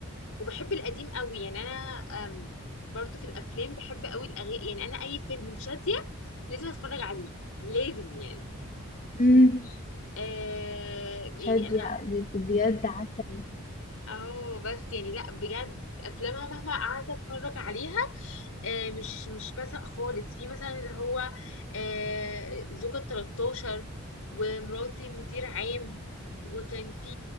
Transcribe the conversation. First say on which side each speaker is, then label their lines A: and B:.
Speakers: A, on the left (about 75°); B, on the left (about 35°).
A: وبحب القديم قوي يعني انا أم، برضو في الافلام بحب قوي الاغاني يعني انا اي فيلم لشادية لازم اتفرج عليه لازم يعني
B: أمم.
A: آه يعني
B: شد
A: انا
B: يعني بجد عسل
A: اهو بس يعني لا بجد افلامها مهما قعدت اتفرج عليها آه مش مش بسق خالص في مثلا اللي هو آه زوجة 13 ومراتي مدير عام وكان في